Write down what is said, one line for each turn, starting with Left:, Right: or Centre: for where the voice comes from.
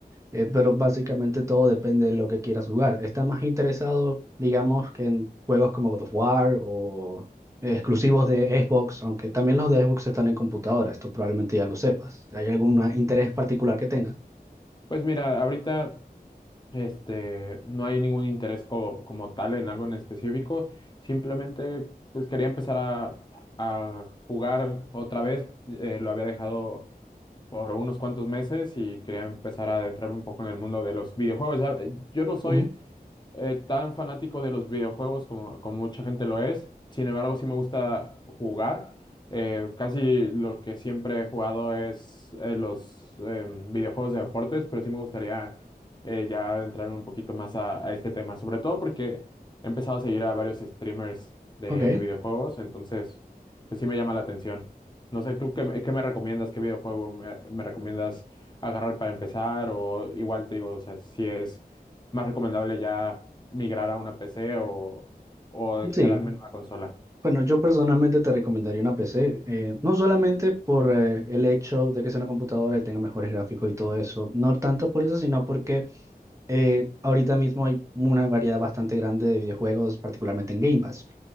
Right: eh, pero básicamente todo depende de lo que quieras jugar. ¿Estás más interesado, digamos, que en juegos como God of War o eh, exclusivos de Xbox, aunque también los de Xbox están en computadora, esto probablemente ya lo sepas. ¿Hay algún ah, interés particular que tengas?
Left: Pues mira, ahorita. Este, no hay ningún interés como, como tal en algo en específico. Simplemente, pues quería empezar a, a jugar otra vez. Eh, lo había dejado por unos cuantos meses y quería empezar a adentrarme un poco en el mundo de los videojuegos. Ya, eh, yo no soy
Right: Ujú,
Left: eh, tan fanático de los videojuegos como, como mucha gente lo es. Sin embargo, sí me gusta jugar. Eh, casi lo que siempre he jugado es eh, los em, videojuegos de deportes, pero sí me gustaría eh, ya entrar un poquito más a, a este tema, sobre todo porque he empezado a seguir a varios streamers de,
Right: Ok,
Left: de videojuegos, entonces pues sí me llama la atención. No sé, ¿tú qué, me qué me recomiendas? ¿Qué videojuego me, me recomiendas agarrar para empezar? O igual te digo, o sea, si es más recomendable ya migrar a una PC o, o
Right: sí.
Left: quedarme en una consola.
Right: Bueno, yo personalmente te recomendaría una PC, eh, no solamente por eh, el hecho de que sea una computadora y tenga mejores gráficos y todo eso, no tanto por eso, sino porque eh, ahorita mismo hay una variedad bastante grande de videojuegos, particularmente en Game Pass.